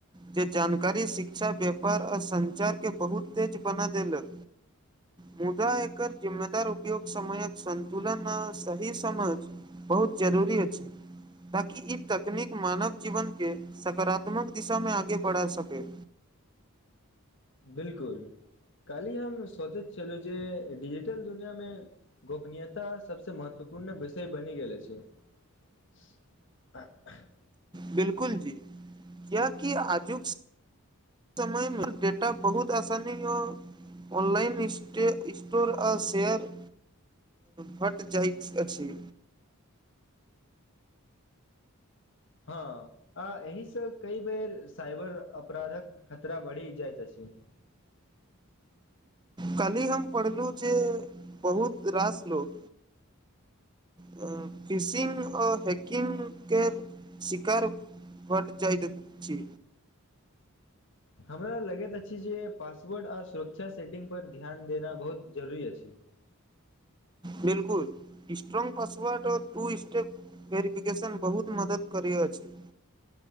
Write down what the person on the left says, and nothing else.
बिल्कुल कालहि हम सोचैत छेलु जे डिजिटल दुनिया में गोपनीयता सबसे महत्वपूर्ण विषय बनी गेले अछी <unintelligible>
हऽ आ एहि स कई बेर साइबर अपराधक खतरा बड़ही जाइत अछी
हमरा लगैत अछि जे पासवर्ड आ सुरक्षा सेटिंगपर ध्यान देनाइ बहुत जरुरी अछि।